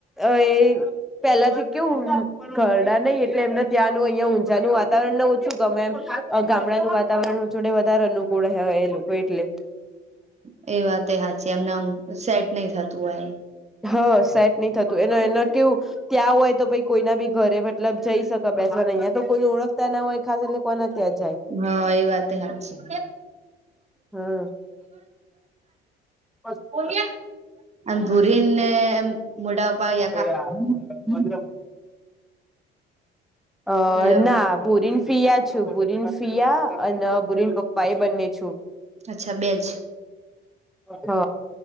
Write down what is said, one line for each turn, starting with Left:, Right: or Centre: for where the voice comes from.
Centre: અ એ પેલાથી કેવું, ઘરડા નહી એટલે એમને ત્યાંનું અહિયાં ઊંઝાનું વાતાવરણ ન ઓછું ગમે એમ ગામડાનું વાતાવરણ. જોડે વધારે અનુકૂળ હો એ લોકો એટલે.
Right: હ એ વાતે હાચી એમના સેટ નહી થતું હોય.
Centre: હ સેટ નહી થતું એ એના કેવું ત્યાં હોય તો કોઈના બી ઘરે મતલબ જઈ શક બેસોની અયાં તો કોઈને ઓળખતા ના હોય ખાસ એટલે કોના ત્યાં જાય.
Right: હ એ વાતે હાચી.
Centre: હમ <inaudible>
Right: <unintelligible> એમ પુરીને એમ.. મોડાઅપ્પા <unintelligible>
Centre: <unintelligible> અ
Right: હલો
Centre: ના ભુરીન ફિયા છું ભુરીન સિયા અન ભુરીન પપ્પાએ બંને છું.
Right: અચ્છા બેજ.
Centre: હ